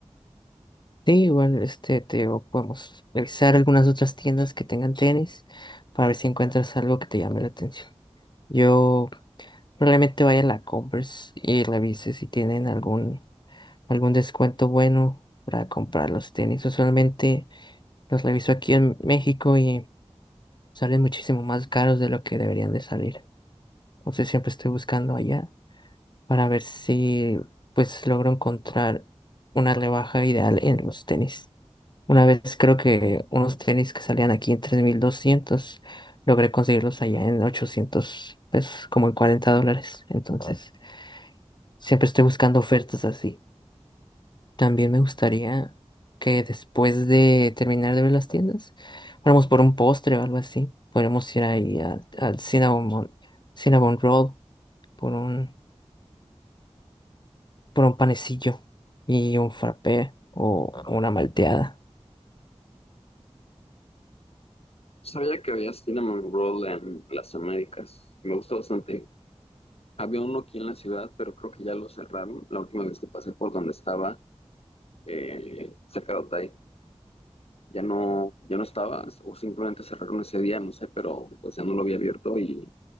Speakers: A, on the left; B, on the left.
A: Sí, igual este te digo, podemos revisar algunas otras tiendas que tengan tenis para ver si encuentras algo que te llame la atención. Yo probablemente vaya a la Converse y revise si tienen algún algún descuento bueno para comprar los tenis. Usualmente los reviso aquí en México y salen muchísimo más caros de lo que deberían de salir. Entonces siempre estoy buscando allá. para ver si pues logro encontrar una rebaja ideal en los tenis. Una vez creo que unos tenis que salían aquí en 3.200 logré conseguirlos allá en ochocientos, pesos, como en 40 dólares. Ah, Entonces, siempre estoy buscando ofertas así. También me gustaría que después de terminar de ver las tiendas, fuéramos por un postre o algo así. Podríamos ir ahí a- al Cinnamon, Cinnamon Roll por un... por un panecillo y un frappé o Ah, una malteada.
B: Sabía que había Cinnamon Roll en las Américas, y me gustó bastante. Había uno aquí en la ciudad, pero creo que ya lo cerraron. La última vez que pasé por donde estaba, eh, cerca de Otay, ya no, ya no estaba, o simplemente cerraron ese día, no sé, pero pues ya no lo había abierto y,